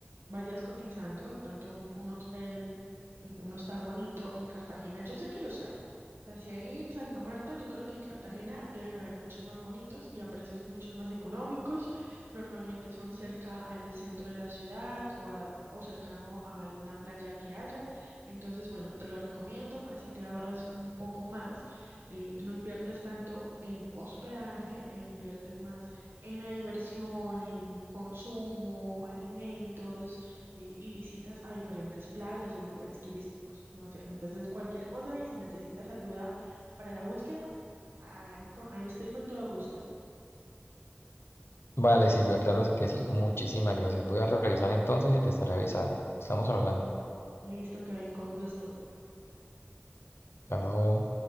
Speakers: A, on the right; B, on the left.
A: vayas cotizando, de pronto un, un hostel, eh, un hostal bonito en Cartagena. Yo sé que los hay. Así ahí en Santa Marta, yo creo que en Cartagena deben haber muchos más bonitos y a precios muchos más económicos. Normalmente son cerca al centro de la ciudad o, a- o cercano a alguna playa que haya. Entonces, bueno, te lo recomiendo, así te ahorras un poco más. eh, no inviertes tanto en hospedaje e inviertes más en la diversión, en consumo, alimentos eh, y visitas a diferentes playas o lugares turísticos. No sé, entonces cualquier cosa y si necesitas ayuda para la búsqueda, ahí, co- ahí estoy con todo gusto.
B: Vale, Silvia, claro que sí. Muchísimas gracias. Voy a revisar entonces y te estaré avisando. Estamos hablando.
A: Listo, Kevin, con gusto.
B: Chao.